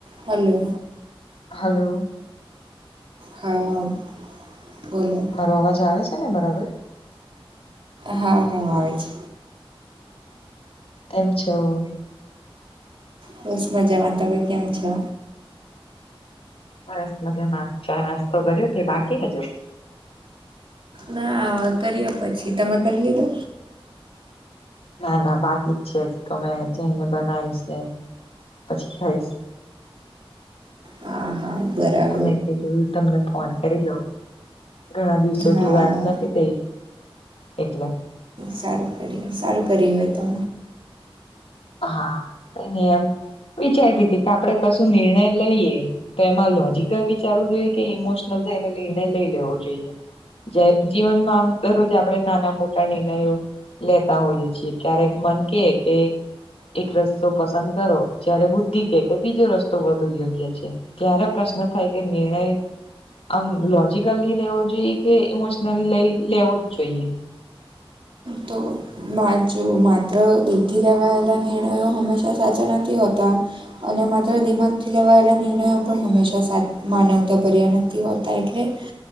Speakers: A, on the right; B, on the left.
A: Hello.
B: Hello.
A: હા, બોલો.
B: મારો અવાજ આવે છે ને બરાબર?
A: હા હા આવે છે.
B: તેમ છો.
A: બસ મજામાં તમે કેમ છો?
B: બસ મજામાં ચા નાસ્તો કર્યો કે બાકી હજુ?
A: ના કરીએ પછી તમે કર લીધો?
B: ના ના બાકી જ છે જ તમે જઈને બનાવીશ ને પછી ખઈશ.
A: હા, હા બરા
B: મે કીધું તમને ફોન કરી લઉ ઘણા દિવસોથી
A: હા
B: વાત નથી થઈ એટલે.
A: સારું સારું કર્યું એતો.
B: હા કઈ નઈ એમ વિચારતી તી કે આપડે કશું નિર્ણય લઈએ. તો એમાં લોજીકલ વિચારવું જોઈએ કે ઇમોશનલ થઈ ને નિર્ણય લઈ લેવો જોઈએ. જે જીવનમાં આમ દરરોજ આપણે નાના મોટા નિર્ણયો લેતા હોઈએ છીએ ક્યારેક મન કે કે એક રસ્તો પસંદ કરો જયારે બુદ્ધિ કે કે બીજો રસ્તો વધુ યોગ્ય છે. ત્યારે પ્રશ્ન થાય કે નિર્ણય આમ લોજીકલી લેવો જોઈએ કે ઇમોશનલી લઈ લેવો જ જોઈએ.
A: તો મા જો માત્ર દિલથી લેવાયેલા નિર્ણયો હંમેશા સાચા નથી હોતા. અને માત્ર દિમાગથી લેવાયેલા નિર્ણયો પણ હંમેશા સા માનવતા ભર્યા નથી હોતા એટલે